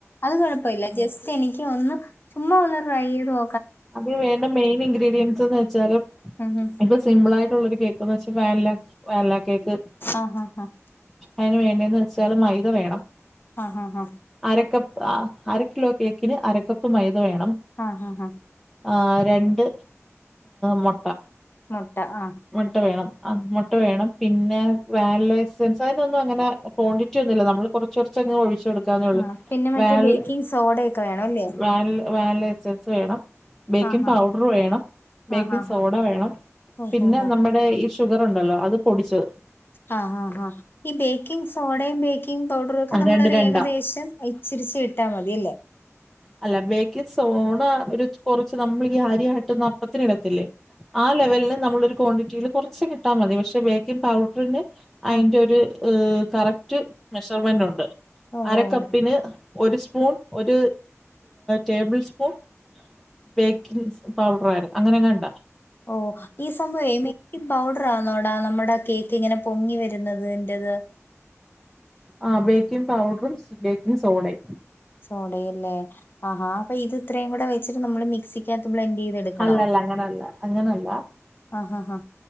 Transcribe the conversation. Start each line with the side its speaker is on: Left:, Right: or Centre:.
Left: അത് കൊഴപ്പ ഇില്ല ജസ്റ്റ് എനിക്ക് ഒന്ന് ചുമ്മാ ഒന്ന് ട്രൈ ചെയ്ത് നോ
Centre: അതിന് വേണ്ട മെയിൻ ഇൻഗ്രീഡിയൻറ്സ് എന്ന് വെച്ചാല്
Left: ഉം ഉം
Centre: ഇ സിമ്പിളാ യിട്ടുള്ള ഒരു കേക്ക്ന്ന് വെച്ചാൽ വാനില വാനില കേക്ക്
Left: ആഹ് ആഹ് ആഹ്
Centre: അയ്ന് വേണ്ടേന്ന് വെച്ചാല് മൈദ വേണം
Left: ആഹ് ആഹ് ആഹ്
Centre: അരക്കപ്പ് അഹ അര ക്കിലോ കേക്കിന് അരക്കപ്പ് മൈദ വേണം
Left: ആഹ് ആഹ് ആഹ്
Centre: ആഹ് രണ്ട് മുട്ട
Left: മുട്ട ആഹ്
Centre: മുട്ട വേണം ആഹ് മുട്ട വേണം പിന്നെ വാനില ഐസ് സെസാന ഒന്നും അങ്ങന ക്വാണ്ടിറ്റി ഒന്ന ഇല്ല നമ്മൾ കുറച്ച് കുറച്ച്ങ്ങ് ഒഴിച്ചുടുക്കും ക്കനെ ഓളളു
Left: ആഹ് പിന്നെ മറ്റേ
Centre: വാനില
Left: ബേക്കിംഗ് സോഡയൊക്കെ വേണം അല്ലേ
Centre: വാനില വാനില എസെൻസ് വേണം ബേക്കിംഗ്
Left: ആഹ്
Centre: പൗഡർ വേണം ബേക്കിംഗ
Left: ആഹ് ആഹ്
Centre: സോഡ
Left: ആഹ്
Centre: വേണം
Left: ഓഹ്
Centre: പിന്നെ
Left: ഓഹ് ഓഹ്
Centre: നമ്മുടെ ഈ ഷുഗർ ഉണ്ടല്ലോ അത് പൊടിച്ചത്
Left: ആഹ് ആഹ് ആഹ് ഈ ബേക്കിംഗ് സോഡ ബേക്കിംഗ പൗഡറും ഒക്കെ നമ്മള
Centre: രണ്ട്
Left: ഒരു
Centre: രണ്ട
Left: ഏകദേശം ഇച്ചിരിച്ചേ ഇട്ടാ മതിയല്ലേ
Centre: അല്ല ബേക്കിംഗ്സോഡ ഒരു കൊറച്ച് നമ്മൾ ഈ ആരിയട്ട്ന്ന് അപ്പത്തിന് ഇടത്തില്ലേ ആഹ് ലെവലിന് നമ്മളൊരു ക്വാണ്ടിറ്റിയിൽ കുറച്ചങ്ങ് ഇട്ട മതി പക്ഷെ ബേക്കിംഗ് പൗഡറിന് അയീന്റെ
Left: ആഹ്
Centre: ഒരു കറക്റ്റ് മെഷർമെന്റ് ഉണ്ട്
Left: ഓഹ്
Centre: അരക്കപ്പിന്
Left: ഓഹ്
Centre: ഒരു സ്പൂൺ ഒരു ടേബിൾ സ്പൂൺ ബേക്കിങ്സ് പൗഡർ അരുന്ന് അങ്ങനെങ്ങണ്ടാ
Left: ഓ ഈ സംഭവേ ഈ ബേകിങ് ബൗഡർ ആന്നോടാ നമ്മുടെ കേക്ക് ഇങ്ങനെ പൊങ്ങി വരുന്നത്ൻ്റെത്
Centre: ആഹ് ബേക്കിംഗ് പൗഡറും ബേക്കിംഗ് സോഡയും
Left: സോഡയല്ലേ ആഹാ അപ്പൊ ഇത് ഇത്രയും കൂടെ വെച്ചിട്ട് നമ്മള് മിക്സി കാത്തെ ബ്ലെൻഡ് ചെയ്ത എടുക്കണോ
Centre: അല്ലല്ല അങ്ങനല്ല അങ്ങനല്ല
Left: ആഹ് ആഹ് ആഹ്